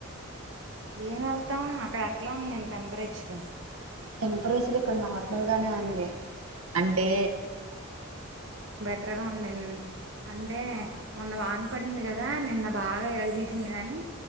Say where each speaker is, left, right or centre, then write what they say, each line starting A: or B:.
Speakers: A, on the right; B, on the right.
A: ఏం వెళ్తాం అక్కడ ఎట్లా ఉందేంటి టెంపరేచరు
B: టెంపరేచర్ ఇక్కడ నార్మల్గానే ఉంది అంటే
A: టర్గా వుందిన్ అంటే మొన్న వానపడింది కదా నిన్న బాగా ఇరగదీసింది కాని